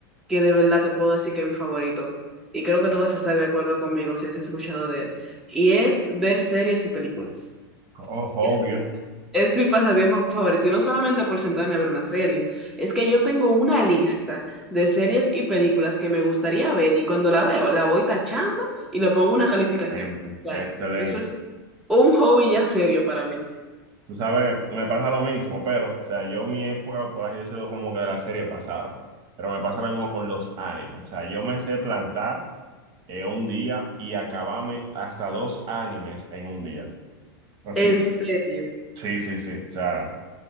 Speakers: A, in the centre; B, on the right.
A: que de verdad te puedo decir que es mi favorito y creo que tú vas a estar de acuerdo conmigo si has escuchado de él y es ver series y películas.
B: Oh, obvio.
A: Es, es mi pasatiempo favorito y no solamente por sentarme a ver una serie, es que yo tengo una lista de series y películas que me gustaría ver y cuando la veo la voy tachando y le pongo una calificación.
B: Excelente,
A: O sea,
B: excelente.
A: eso es un hobby ya serio para mí.
B: Tú sabes, me pasa lo mismo, pero, o sea, yo mi época, por así decirlo, como que de la serie pasaron. Pero me pasa lo mismo con los animes. O sea, yo me sé plantar. en un día y acabame hasta dos animes en un día. Así,
A: En serio.
B: sí, sí, sí. O sea,